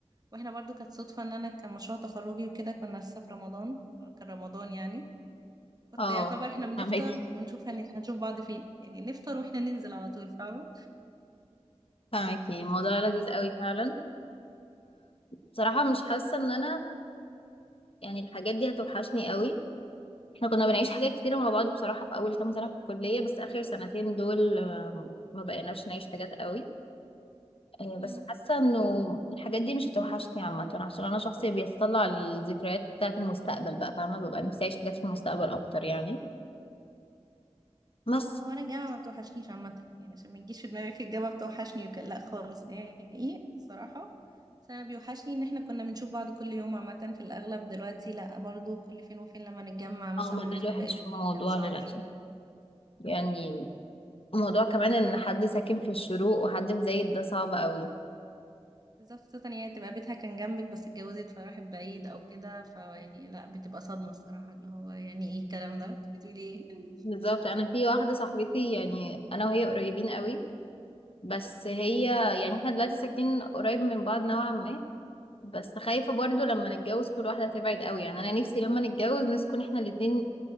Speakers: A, on the right (about 35°); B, on the left (about 55°).
A: واحنا برضو كانت صدفة ان انا كان مشروع تخرجي وكده كنا لسه في رمضان كان رمضان يعني كنت
B: اه
A: يعتبر احنا بنفطر
B: فاهمكي
A: ونشوف هن... هنشوف بعض فين يعني نفطر واحنا ننزل على طول فاهمة
B: فاهمكي الموضوع لذيذ قوي فعلا بصراحة مش حاسة إن أنا يعني الحاجات دي هتوحشني قوي احنا كنا بنعيش حاجات كتيرة مع بعض بصراحة في أول كام سنة في الكلية بس آخر سنتين دول آه، ما بقيناش نعيش حاجات قوي آه،
A: مم.
B: بس حاسة انه الحاجات دي مش هتوحشني عامة عشان أنا شخص بيتطلع للذكريات بتاعة المستقبل بقى فاهمة ببقى نفسي أعيش حاجات في المستقبل أكتر يعني بس
A: لا هو انا الجامعة ما بتوحشنيش عامة يعني عشان ما يجيش في دماغك الجامعة بتوحشني وكان لا خالص نهائي الصراحة بس انا بيوحشني ان احنا كنا بنشوف بعض كل يوم عامة في الاغلب دلوقتي لا برضو كل فين وفين لما نتجمع مثلا
B: اه ما
A: ممكن
B: ده الوحش
A: بقيت
B: في الموضوع
A: كل كام شهر
B: للأسف يعني موضوع كمان ان حد ساكن في الشروق وحد في زايد ده صعب قوي
A: بالظبط خصوصا هي تبقى بيتها كان جنبك بس اتجوزت فراحت بعيد او كده فيعني لا بتبقى صدمة الصراحة اللي هو يعني ايه الكلام ده انت بتقولي ايه <laughs>
B: بالظبط انا في واحدة صاحبتي يعني انا وهي قريبين قوي بس هي يعني احنا دلوقتي ساكنين قريب من بعض نوعا ما بس خايفة برضو لما نتجوز كل واحدة تبعد قوي يعني انا نفسي لما نتجوز نسكن احنا الاتنين